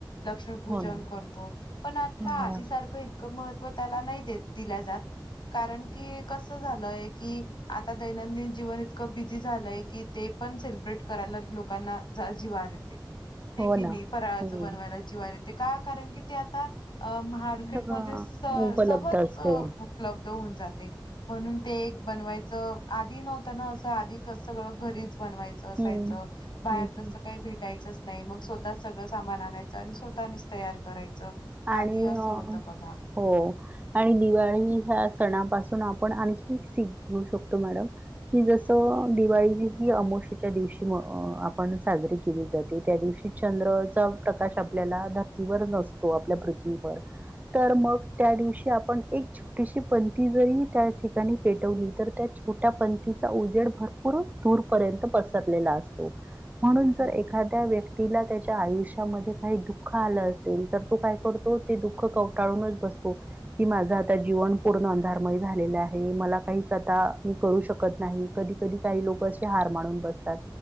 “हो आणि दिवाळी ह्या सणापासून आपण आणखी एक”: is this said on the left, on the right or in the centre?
Right